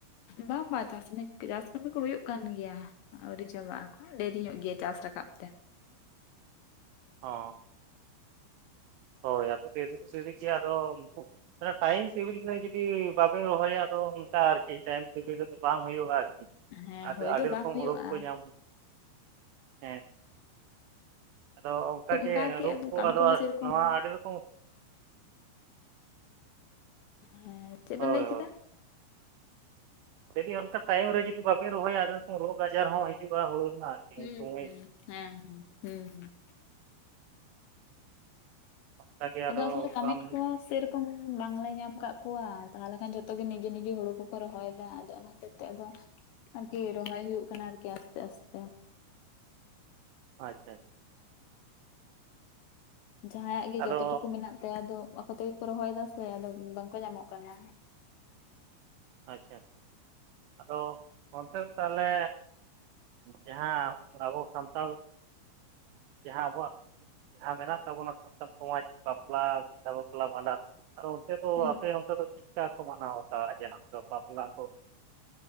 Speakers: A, on the left (about 75°); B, on the right (about 85°).
A: ᱵᱟᱝ ᱵᱟᱝ ᱪᱟᱥ ᱪᱟᱥ ᱠᱟᱹᱢᱤ ᱠᱚ ᱦᱩᱭᱩᱜ ᱠᱟᱱ ᱜᱮᱭᱟ᱾ ᱟᱹᱣᱨᱤ ᱪᱟᱵᱟᱜᱼᱟ ᱮᱠᱷᱚᱱ ᱰᱮᱨᱤ ᱧᱚᱜ ᱜᱮᱭᱟ ᱪᱟᱥ ᱨᱟᱠᱟᱵ ᱛᱮ
B: ᱦᱚᱸ ᱦᱳᱭ ᱟᱫᱚ ᱰᱤᱨ ᱫᱚ ᱰᱤᱨᱤᱜ ᱜᱮᱭᱟ ᱟᱫᱚ ᱴᱟᱭᱤᱢ ᱴᱮᱵᱤᱞ ᱨᱮ ᱡᱩᱫᱤ ᱵᱟᱵᱤᱱ ᱨᱚᱦᱚᱭᱟ ᱟᱫᱚ ᱚᱱᱠᱟ ᱟᱨᱠᱤ ᱴᱟᱭᱤᱢ ᱴᱮᱵᱤᱞ ᱫᱚ ᱵᱟᱝ ᱦᱩᱭᱩᱜᱼᱟ ᱟᱨᱠᱤ᱾
A: ᱦᱮᱸ
B: ᱟᱫᱚ
A: ᱦᱳᱭ
B: ᱟᱹᱰᱤ
A: ᱫᱚ
B: ᱨᱚᱠᱚᱢ
A: ᱵᱟᱝ ᱦᱩᱭᱩᱜᱼᱟ
B: ᱩᱨᱩᱠ ᱠᱚ ᱧᱟᱢ ᱦᱮᱸ᱾ ᱟᱫᱚ ᱚᱱᱠᱟᱜᱮ
A: ᱛᱚ
B: ᱨᱩᱯ ᱠᱚ
A: ᱠᱟᱹᱢᱤ
B: ᱟᱫᱚ
A: ᱠᱚᱦᱚᱸ ᱥᱮᱨᱚᱠᱚᱢ
B: ᱱᱚᱣᱟ ᱟᱹᱰᱤ ᱨᱚᱠᱚᱢ᱾
A: ᱦᱮᱸ ᱪᱮᱫ
B: ᱦᱳᱭ
A: ᱵᱮᱱ ᱞᱟᱹᱭᱠᱮᱫᱟ᱾
B: ᱦᱳᱭ ᱡᱩᱫᱤ ᱚᱱᱠᱟ ᱴᱟᱭᱤᱢ ᱨᱮ ᱡᱩᱫᱤ ᱵᱟᱵᱤᱱ ᱨᱚᱦᱚᱭᱟ ᱟᱫᱚ ᱨᱳᱜᱽ ᱟᱡᱟᱨ ᱦᱚᱸ ᱦᱤᱡᱩᱜᱼᱟ ᱦᱩᱲᱩ ᱨᱮᱱᱟᱜ᱾ ᱟᱨᱠᱤ
A: ᱦᱩᱸ
B: ᱩᱱ ᱥᱚᱢᱚᱭ
A: ᱦᱩᱸ ᱦᱮᱸ ᱦᱮᱸ ᱦᱩᱸ ᱦᱩᱸ᱾
B: ᱚᱱᱠᱟᱜᱮ
A: ᱟᱫᱚ ᱟᱥᱚᱞᱮ ᱠᱟᱹᱢᱤᱱ
B: ᱵᱟᱢ
A: ᱠᱚ ᱥᱮᱨ᱾ ᱠᱚ ᱵᱟᱝᱞᱮ ᱧᱟᱢ ᱠᱟᱜ ᱠᱚᱣᱟ ᱛᱟᱦᱚᱞᱮ ᱠᱷᱟᱱ ᱡᱷᱚᱛᱚ ᱜᱮ ᱱᱤᱡᱮ ᱱᱤᱡᱮ ᱦᱩᱲᱩ ᱠᱚᱠᱚ ᱨᱚᱦᱚᱭᱫᱟ ᱟᱫᱚ ᱚᱱᱟ ᱦᱚᱛᱮᱡ ᱛᱮ ᱟᱫᱚ᱾ ᱟᱨᱠᱤ ᱨᱚᱦᱚᱭ ᱦᱩᱭᱩᱜ ᱠᱟᱱᱟ ᱟᱨᱠᱤ ᱟᱥᱛᱮ ᱟᱥᱛᱮ᱾
B: ᱟᱪᱪᱷᱟ᱾
A: ᱡᱟᱦᱟᱸᱭᱟᱜ ᱜᱮ
B: ᱟᱫᱚ
A: ᱡᱚᱛ ᱴᱩᱠᱩ ᱢᱮᱱᱟᱜ ᱛᱟᱭᱟ ᱟᱫᱚ ᱟᱠᱚ ᱛᱮᱜᱮ ᱠᱚ ᱨᱚᱦᱚᱭ ᱫᱟ ᱥᱮ ᱟᱫᱚ ᱵᱟᱝᱠᱚ ᱧᱟᱢᱚᱜ ᱠᱟᱱᱟ᱾
B: ᱟᱪᱪᱷᱟ ᱟᱫᱚ ᱚᱱᱛᱮ ᱫᱚ ᱛᱟᱦᱚᱞᱮᱻ ᱡᱟᱦᱟᱸ ᱟᱵᱚ ᱥᱟᱱᱛᱟᱲ ᱡᱟᱦᱟᱸ ᱟᱵᱚᱣᱟᱜ᱾ ᱡᱟᱦᱟᱸ ᱢᱮᱱᱟᱜ ᱛᱟᱵᱚᱱᱟ ᱥᱟᱱᱛᱟᱲ ᱥᱚᱢᱟᱡᱽ ᱵᱟᱯᱞᱟ ᱵᱤᱦᱟᱹ ᱵᱟᱯᱞᱟ ᱵᱷᱟᱰᱟᱱ᱾ ᱟᱨ ᱚᱱᱛᱮ ᱫᱚ
A: ᱦᱮᱸ
B: ᱟᱯᱮ ᱚᱱᱛᱮ ᱫᱚ ᱪᱮᱫ ᱠᱟ ᱠᱚ ᱢᱟᱱᱟᱣ ᱫᱟ ᱡᱟᱱᱟᱢ ᱟᱫᱚ ᱵᱟᱯᱞᱟ ᱠᱚ